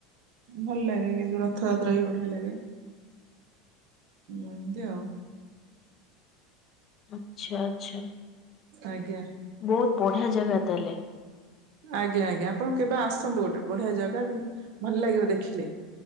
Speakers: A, on the right; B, on the left.
A: ଭଲ ଲାଗେ କିନ୍ତୁ ରଥଯାତ୍ରା ବି ବଢିଆ ଲାଗେ। ଏମିତି ଆଉ
B: ଆଛା ଆଛା
A: ଆଜ୍ଞା
B: ବହୁତ ବଢିଆ ଜାଗା ତା ହେଲେ।
A: ଆଜ୍ଞା ଆଜ୍ଞା ଆପଣ କେବେ ଆସନ୍ତୁ ଗୋଟେ ବଢିଆ ଜାଗା କିନ୍ତୁ ଭଲ ଲାଗିବ ଦେଖିଲେ।